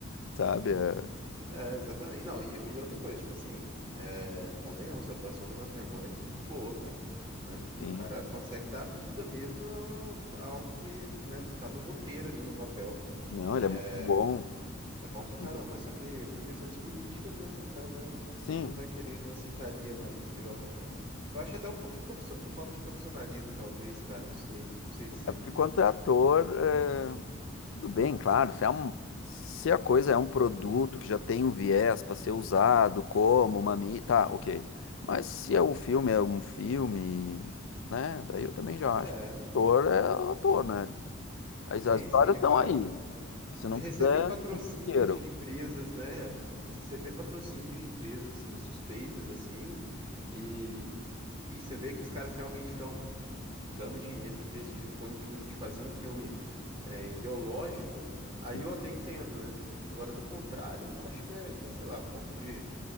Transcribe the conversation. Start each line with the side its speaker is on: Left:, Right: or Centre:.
Left: sabe? É,
Right: É, exatamente. Não, e, e outra coisa, tipo assim, é, convenhamos, a atuação do Wagner Moura é muito boa, cara. Né? O
Left: sim.
Right: cara consegue dar vida mesmo a algo que, né, tá no roteiro ali no papel.
Left: Não,
Right: É,
Left: ele é muito bom.
Right: é bom pra caramba,
Left: E,
Right: mas só que por questões políticas, né, o cara vai, não
Left: sim,
Right: não vai querer, não aceitaria mais pegar o papel. Eu acho até um pouco de profissio- falta de profissionalismo, talvez, cara, não sei, não sei dizer.
Left: É porque quanto é ator, é, tudo bem, claro. Se, é um- se a coisa é um produto que já tem um viés para ser usado como uma mídia, tá, ok. Mas se é o filme é um filme, né? Daí eu também já
Right: É,
Left: acho que ator é ator, né? As,
Right: sim,
Left: as histórias
Right: sim, é
Left: estão
Right: claro,
Left: aí. Que se
Right: Se
Left: não
Right: receber
Left: quiser,
Right: patrocínios
Left: não quero.
Right: de empresas, né? Se receber patrocínios de empresas eh, suspeitas, assim, e, e você vê que os caras realmente estão dando dinheiro, investindo com o intuito de fazer um filme eh, ideológico, aí
Left: Sim.
Right: eu até entendo, né? Agora, do contrário, eu acho que é, que é, sei lá, um pouco de,